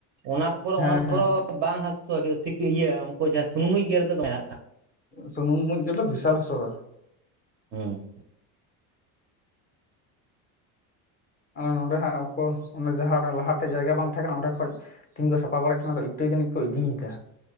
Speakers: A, on the right; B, on the left.
A: ᱚᱱᱟ ᱯᱚᱨ ᱟᱱᱟ
B: ᱦᱮᱸ ᱦᱮᱸ
A: ᱯᱚᱨ ᱵᱟᱝ ᱦᱟᱹᱥᱩᱣᱟ ᱠᱤᱱᱛᱩ ᱤᱭᱟᱹ ᱩᱱᱠᱩ ᱡᱟᱦᱟᱸ ᱥᱩᱱᱩᱢ ᱢᱩᱡ ᱜᱮᱨ ᱫᱚ ᱫᱚᱢᱮ -
B: ᱥᱩᱱᱩᱢ ᱢᱩᱡ ᱜᱮᱨ ᱫᱚ ᱵᱤᱥᱟᱞ ᱦᱟᱹᱥᱩᱣᱟ ᱾
A: ᱦᱩᱸ
B: ᱱᱚᱸᱰᱮ ᱦᱟᱸᱜ ᱩᱱᱠᱩ ᱡᱟᱦᱟᱸ ᱞᱟᱦᱟ ᱴᱷᱮᱡ ᱡᱟᱭᱜᱟ ᱵᱟᱝ ᱛᱟᱦᱮᱸ ᱠᱟᱱᱟ ᱚᱸᱰᱮ ᱠᱷᱚᱡ ᱛᱮᱦᱤᱧ ᱠᱚ ᱥᱟᱯᱷᱟ ᱵᱟᱲᱟᱭᱮᱫ ᱛᱟᱦᱮᱱᱟ ᱟᱫᱚ ᱤᱴᱟᱹ ᱡᱟᱹᱱᱤᱡ ᱠᱚ ᱤᱫᱤᱭᱮᱫᱟ